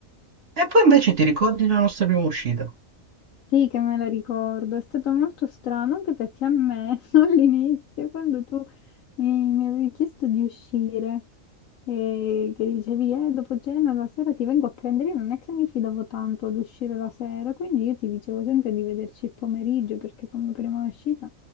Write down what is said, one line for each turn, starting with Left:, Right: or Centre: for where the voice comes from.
Right: E poi invece ti ricordi la nostra prima uscita?
Left: Sì, che me la ricordo. È stato molto strano anche perché a me <laughs> all'inizio, quando tu mi, mi avevi chiesto di uscire e che dicevi, eh, dopo cena la sera ti vengo a prendere, io non è che mi fidavo tanto ad uscire la sera, quindi io ti dicevo sempre di vederci il pomeriggio perché come prima uscita